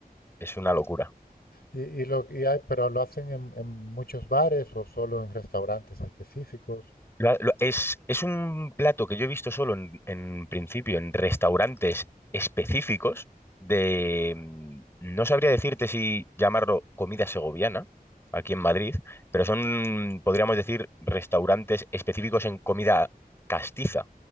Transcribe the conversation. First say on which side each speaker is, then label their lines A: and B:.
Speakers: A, on the left (about 15°); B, on the left (about 85°).
A: es una locura.
B: Y, y lo, y hay, pero lo hacen en, en muchos bares o solo en restaurantes específicos.
A: Lo ha- lo- es, es un plato que yo he visto solo en, en principio en restaurantes específicos de, mm, no sabría decirte si llamarlo comida segoviana aquí en Madrid, pero son, podríamos decir, restaurantes específicos en comida castiza